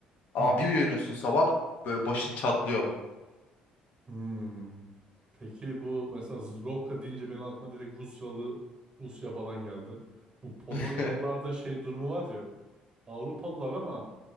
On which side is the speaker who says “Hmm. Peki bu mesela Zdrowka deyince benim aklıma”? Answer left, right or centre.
Right